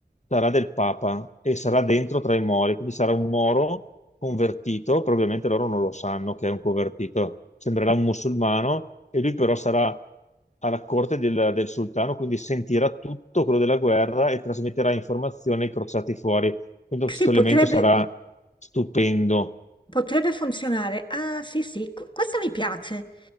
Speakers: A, on the left; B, on the left.
A: sarà del Papa e sarà dentro tra i Mori, quindi sarà un Moro convertito, probabilmente loro non lo sanno che è un convertito, sembrerà un musulmano e lui però sarà alla corte del, del sultano, quindi sentirà tutto quello della guerra e trasmetterà informazioni ai crociati fuori. Quindi questo
B: Sì,
A: elemento
B: potrebbe,
A: sarà stupendo.
B: Potrebbe funzionare. Ah, sì, sì, qu- questa mi piace.